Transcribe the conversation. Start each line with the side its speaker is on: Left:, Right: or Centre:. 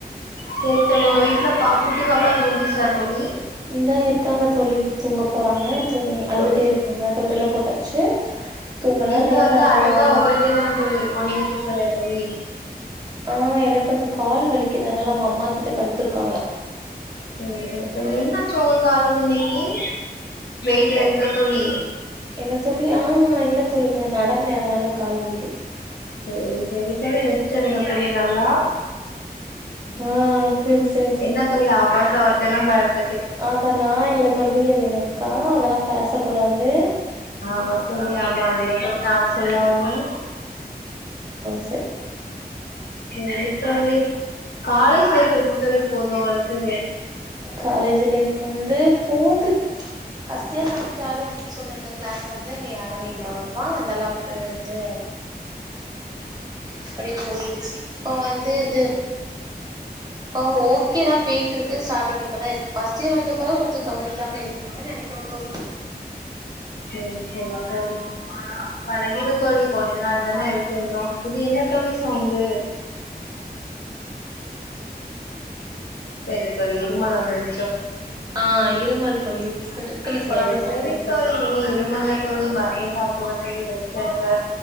Left: சேரி தோழி உங்க வீட்ல பா குட்டி பாப்பா தூங்கீர்ச்சா தோழி
Right: இந்தா இருக்காங்க தோழி தூங்கப் போறாங்க
Left: சேரி
Right: தூங்
Left: சேரி
Right: அழுதுட்டே
Left: தோழி
Right: இருக் காங்க தொட்டில்ல போட்டாச்சு தூங்கலா
Left: நீங்க
Right: நல்லது
Left: வந்து
Right: அவங்க
Left: அழுதா
Right: அவள
Left: உங்கள்ட்டயே தான தோழி இருக்கு நீங்க தூக்கலயா தோழி
Right: ஆ எனக் கொஞ்ச கால் வலிக்கிது அதுனால அவுங்க அம்மா கிட்ட படுத்திருக்காங்க
Left: சேரி சேரி தோழி என்னாச்சு உங்க காலுக் இன்னைக்கி வெய்ட் ஏறிட்டா தோழி
Right: என்ன தோழி ஆ இல்ல தோழி கொஞ்ச நடந்தே அதுனால கால் வலிக்கு
Left: சேரி சேரி தோழி ரெஸ்ட் எடுங்க தோழி நல்லா
Right: ஆ சேரி சேர்
Left: என்ன தோழி ஆபாச வார்த்தைலா பே
Right: அத நா இல்ல தோழி அது எங்க அக்கா அதெல்லா பேச கூடாது
Left: ஆமா தோழி ஆமா அதுதா தோழி நானு சொல்ல வந்தே
Right: சேர்
Left: சேரி தோழி காலேஜ்
Right: செரி
Left: லைஃப் எப்டி தோழி போது உங்ளுக்கு
Right: காலேஜ் லைஃப் வந்து போது ஃபஸ்ட் இயர் நல்லா ஜாலியா இருந்து சொல் அந்த க்ளாஸ் வந்து அங்க யாருமே இல்ல அவ்ளவா அந்த லேப்ரியன் வந்து அப்படி போயிருச்சி இப்போ வந்து இது ஓ ஓகே தா பேய்ட்ருக் கு ஸ்டாட்டிங் இப்பதா எனக் ஃபஸ்ட் இயர் வந்தப்பதா கொஞ்சோ கவனிக்காம இருப்பாங்க நெனைக்கிறே தோழி
Left: சேரி சேரி தோழி பழகிடு தோழி கொஞ்சோ நாள் தான இரு க் இன்னு இது என்ன தோழி சவுண்டு செரி தோழி இருமல் வந்துரு
Right: ஆ இருமல் தோழி சட்டுக்குன்னு
Left: சேரி
Right: கொழந்த சவுண்டு
Left: சேரி
Right: போட்டுடுச்சு
Left: தோழி நீங்க இரும்புங்க தோழி மருந்து சாப்டுங்க தோழி ரெஸ்ட் எடுங்க